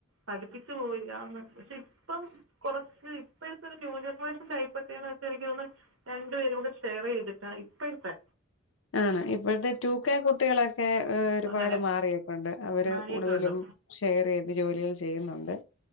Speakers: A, on the right; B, on the left.
A: പഠിപ്പിച്ചു പോയി ആന്ന് ന്നട്ട് ഇപ്പം കൊറച്ച് ഇപ്പഴത്തൊരു ന്യൂജെനറേഷൻ ടൈപ്പെക്കേന്ന് വെച്ചാ എനിക്ക് തോന്ന് രണ്ട്പേരൂടെ ഷെയറെയ്തിട്ടാ ഇപ്പെഴ്ത്തെ
B: ആണ് ഇപ്പൊഴെത്തെ റ്റൂകെ കുട്ടികളെക്കെ ഒരുപാട്
A: അങ്ങനെ
B: മാറിയിട്ടുണ്ട് അവര്
A: മാറിയിട്ടുണ്ട്
B: കൂട്തലും ഷെയറെയ്ത് ജോലികൾ ചെയ്യുന്നുണ്ട്